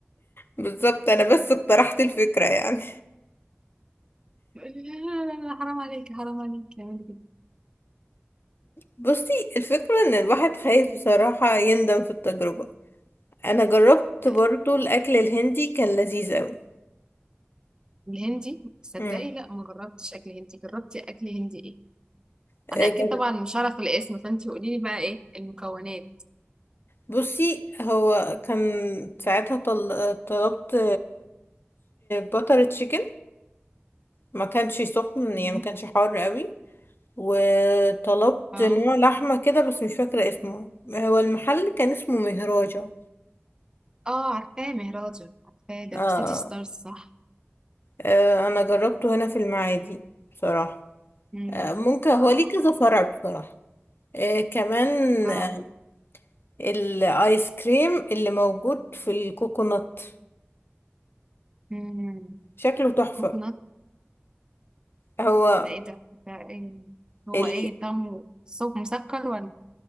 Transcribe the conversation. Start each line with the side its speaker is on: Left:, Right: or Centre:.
Left: بالظبط انا بس اقترحت الفكرة يعني
Right: يقول لي لا لا لا لا، حرام عليك حرام عليك يعمل كده
Left: بصي الفكرة ان الواحد خايف بصراحة يندم في التجربة انا جربت
Right: آه،
Left: برضو الاكل الهندي كان لذيذ قوي
Right: الهندي صدقي
Left: امم
Right: لا ما جربتش اكل هندي جربتي اكل هندي ايه
Left: آه،
Right: انا اكيد
Left: جر-
Right: طبعا مش هعرف الاسم فانت قولي لي بقى ايه المكونات
Left: بصي هو كان ساعتها طل... آه، طلبت باتر تشيكن ما كانش سخن
Right: مم.
Left: يعني ما كانش حار قوي وطلبت
Right: اه
Left: نوع لحمة كده بس مش فاكرة اسمه هو المحل كان اسمه مهراجة
Right: اه عارفاه مهراجة عارفاه ده
Left: آه.
Right: في سيتي ستارز صح
Left: آه أنا جربته هنا في المعادي بصراحة
Right: مم.
Left: آه ممكن هو
Right: اه
Left: ليه كذا فرع بصراحة آه كمان
Right: اه
Left: آه الآيس كريم اللي موجود في الكوكونات
Right: مم.
Left: شكله تحفة
Right: كوكونات
Left: هو
Right: ده ايه ده ده ايه هو
Left: ال...
Right: ايه طعمه صوب مسكر ولا